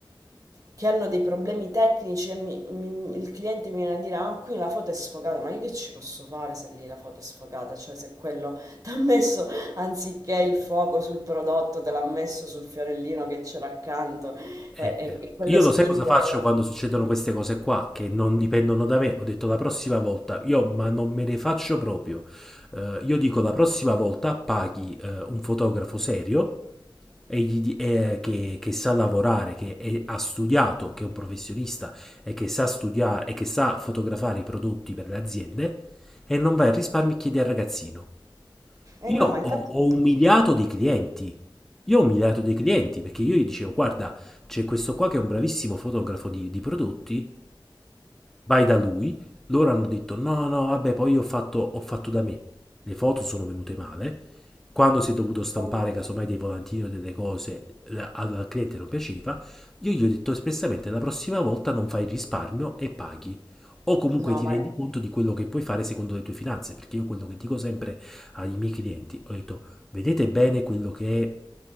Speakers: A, on the right (about 40°); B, in the centre.
A: che hanno dei problemi tecnici e mi- mi- il cliente mi viene a dire, ah, qui la foto è sfocata, ma io che ci posso fare se lì la foto è sfocata? Cioè se quello <laughs> ti ha messo, anziché il fuoco sul prodotto, te l'ha messo sul fiorellino che c'era accanto e,
B: Eh,
A: e-
B: eh,
A: e quello
B: io
A: significa
B: lo sai cosa faccio
A: che non...
B: quando succedono queste cose qua che non dipendono da me. Ho detto la prossima volta, io ma non me ne faccio proprio. Eh, io dico la prossima volta paghi eh, un fotografo serio e gli di- eh, che, che sa lavorare, che è- ha studiato, che è un professionista e che sa studiare e che sa fotografare i prodotti per le aziende e non vai a risparmi e chiedi al ragazzino.
A: Eh
B: Io
A: no, ma infatti...
B: ho, ho umiliato dei clienti. Io ho umiliato dei clienti perché io gli dicevo: Guarda, c'è questo qua che è un bravissimo fotografo di, di prodotti Vai da lui, loro hanno detto no, no, vabbè, poi ho fatto, ho fatto da me. Le foto sono venute male. Quando si è dovuto stampare
A: eh no.
B: casomai dei volantini o delle cose la- al al cliente non piaceva, io gli ho detto espressamente la prossima volta non fai risparmio e paghi. O comunque
A: No,
B: ti
A: ma,
B: rendi conto di quello che puoi fare secondo le tue finanze, perché io quello che dico sempre ai miei clienti, ho detto vedete bene quello che è